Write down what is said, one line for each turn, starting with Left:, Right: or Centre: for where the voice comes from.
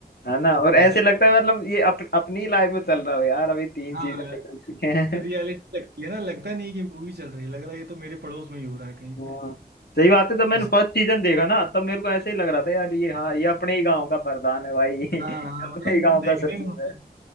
Left: है ना और ऐसे
Right: ऐसा
Left: लगता है मतलब ये अप, अपनी लाइफ में चल रहा हो यार अभी तीन
Right: हाँ
Left: चीजें निकल चुके हैं
Right: रियलिटी लगती है ना लगता नहीं है कि मूवी चल रही है लग रहा है ये तो मेरे पड़ोस में ही हो रहा है कहीं
Left: हाँ
Right: पे
Left: सही बात है जब मैंने
Right: जैसे-
Left: फर्स्ट सीजन देखा ना तब मेरे को ऐसे ही लग रहा था यार ये हाँ ये अपने ही गांव का प्रधान है भाई <laughs> ये
Right: हाँ हाँ
Left: अपने
Right: मतलब
Left: ही गांव
Right: देखने
Left: का सचिव
Right: में
Left: है